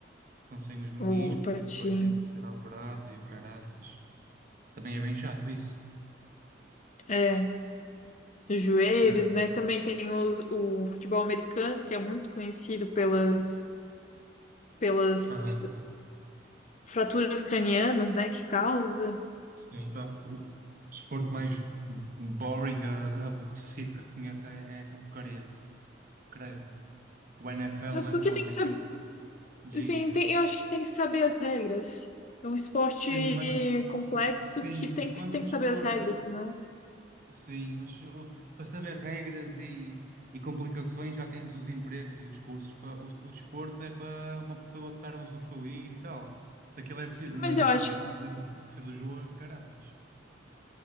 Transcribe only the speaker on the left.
O patim.
É, os joelhos,
né? Também tem os, o futebol americano, que é muito conhecido pelas pelas
fraturas cranianas, né, que causa.
É
porque
tem
que saber,
assim, tem- eu acho que tem que saber as regras. É um esporte
complexo
que
tem
que, tem
que
saber as regras, senão.
Sim,
Mas
eu acho